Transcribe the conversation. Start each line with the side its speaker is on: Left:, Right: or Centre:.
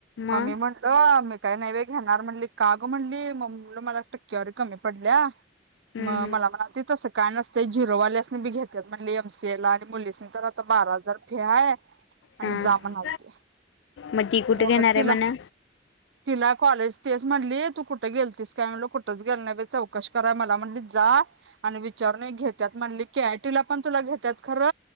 Left: मग
Right: म मी म्हणटलो काही नाही बई घेणार म्हणली कागं म्हणली, म म्हणलो मला टक्केवारी कमी पडल्या
Left: हम्म
Right: मग
Left: हम्म
Right: मला म्हणालती तसं काय नस ते झिरोवाल्यासनी बी घेत्यात म्हणली एम सी ए ला. मुलीसनी तर आता बारा हजार फी हाय, आणि
Left: हा
Right: जा म्हणालती.
Left: मग ती कुठे
Right: म
Left: घेणार आहे
Right: तिला
Left: म्हणा
Right: तिला कॉलेज तेस म्हणली, तू कुठे गेलतीस काय? म्हनलो कुठ कुठच गेलो नाही बई चौकश कराय मला म्हणली जा आणि विचारून घेत्यात म्हणली, के आय टी ला पण तुला घेत्या त्यातं खर